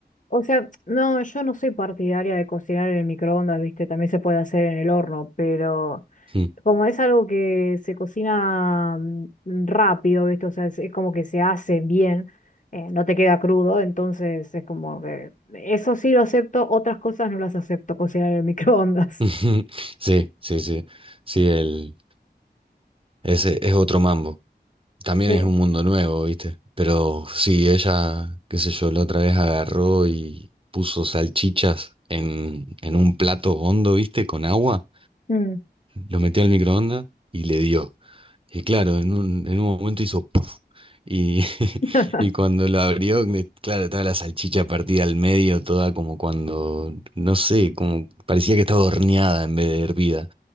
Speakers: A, on the left (about 45°); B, on the right (about 30°).
A: O sea, no, yo no soy partidaria de cocinar en el microondas, ¿viste? También se puede hacer en el horno, pero
B: Mm.
A: como es algo que se cocina mm, rápido, ¿viste? O sea, es, es como que se hace bien, eh, no te queda crudo, entonces es como que eso sí lo acepto, otras cosas no las acepto cocinar en el microondas.
B: <laughs> Sí, sí, sí, sí, el, ese es otro mambo. También
A: Sí.
B: es un mundo nuevo, ¿viste? Pero sí, ella, qué sé yo, la otra vez agarró y puso salchichas en, en un plato hondo, ¿viste? Con agua,
A: Mm.
B: lo metió al microondas y le dio. Y claro, en un, en un momento hizo puff. Y, <laughs>
A: <laughs>
B: y cuando lo abrió, eh, claro, estaba la salchicha partida al medio, toda como cuando, no sé, como parecía que estaba horneada en vez de hervida.